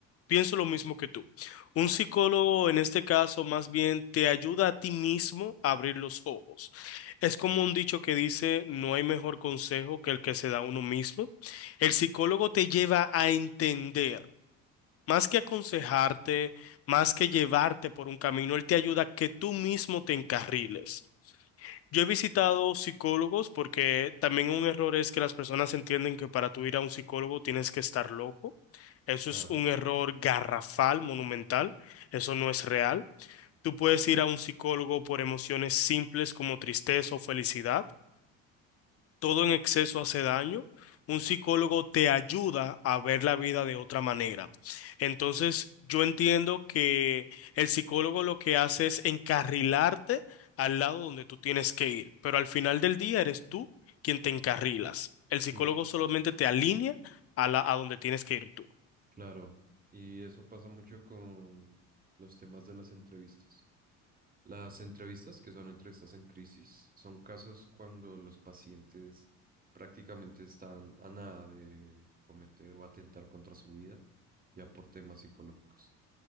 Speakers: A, on the left; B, on the right.
A: pienso lo mismo que tú. Un psicólogo en este caso más bien te ayuda a ti mismo a abrir los ojos. Es como un dicho que dice, no hay mejor consejo que el que se da a uno mismo. El psicólogo te lleva a entender. Más que aconsejarte, más que llevarte por un camino, él te ayuda a que tú mismo te encarriles. Yo he visitado psicólogos porque también un error es que las personas entienden que para tú ir a un psicólogo tienes que estar loco. Eso
B: Claro,
A: es un error garrafal, monumental. Eso no es real. Tú puedes ir a un psicólogo por emociones simples como tristeza o felicidad todo en exceso hace daño. Un psicólogo te ayuda a ver la vida de otra manera. Entonces, yo entiendo que el psicólogo lo que hace es encarrilarte al lado donde tú tienes que ir, pero al final del día eres tú quien te encarrilas. El psicólogo
B: cl-
A: solamente te alinea a la, a donde tienes que ir tú.
B: claro. Y eso pasa mucho con los temas de las entrevistas. Las entrevistas, que son entrevistas en crisis, son casos cuando los pacientes prácticamente están a nada de cometer o atentar contra su vida, ya por temas psicológicos.